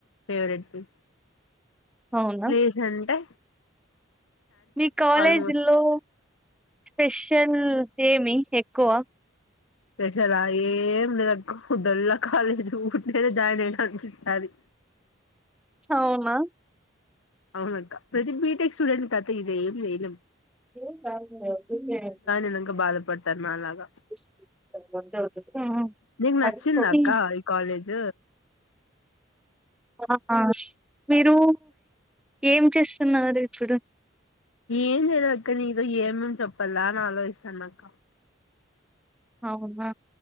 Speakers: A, on the left; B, in the centre.
A: ఫెవరెట్వి
B: అవునా?
A: లెజంటే
B: మీ కాలేజీలో
A: ఆల్మోస్ట్
B: స్పెషల్ ఏమి ఎక్కువ
A: స్పెషలా ఏం లేదక్క ఫుడ్ అల్లా కాలేజీలో ఉట్టిగానే జాయినైనా అనిపిస్తది
B: అవునా
A: అవునక్క ప్రతి బిటెక్ స్టూడెంట్ కథ ఇదేం లేనం
B: హు
A: అయినాక బాధపడతారు నాలాగా నీకు నచ్చిందా అక్క ఈ కాలేజ్
B: హో హా మీరూ ఏం చేస్తున్నారు ఇప్పుడు
A: ఏం చేయలేదాక్క నీతో ఏమని చెప్పాలా ఆలోయిసున్నక్క
B: అవునా